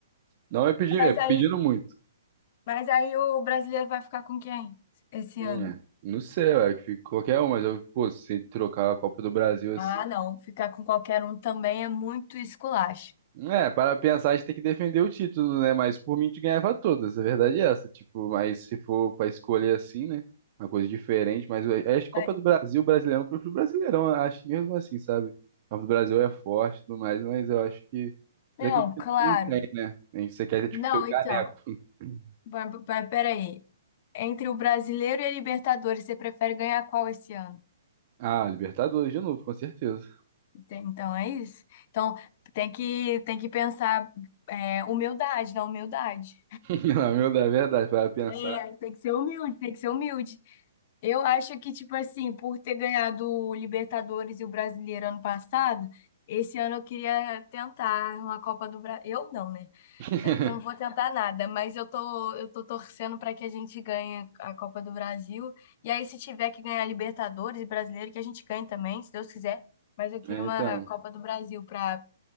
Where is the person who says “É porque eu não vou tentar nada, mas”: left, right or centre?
Left